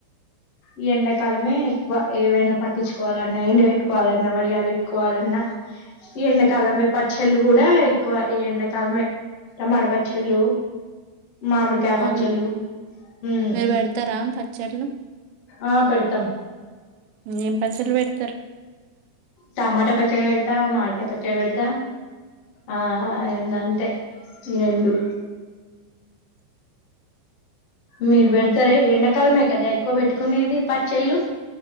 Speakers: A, on the left; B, on the right.
A: ఈ ఎండాకాలమే ఎక్కువ ఏవైనా పట్టించుకోవాలన్నా ఎండ పెట్టుకోవాలన్నా వడియాలు పెట్టు ఎవాలన్నా ఈ ఎండాకాలమే పచ్చళ్ళు కూడా ఎక్కువ ఈ ఎండాకాలమే టమాట పచ్చళ్ళు మామిడికాయ పచ్చళ్ళు
B: ఆ
A: ఉమ్
B: మీరు పెడతారా పచ్చర్లు
A: ఆ పెడతం
B: ఏం పచ్చల్ బడతారు
A: టమాటా పచ్చడి పెడతా మడికాయ పచ్చడి పెడతా ఆ ఇకాంతే ఈ రెండు మీరుబేడ్ రే ఎండాకాలమే కదా ఎక్కువ పెట్టుకునేది పచ్చళ్ళు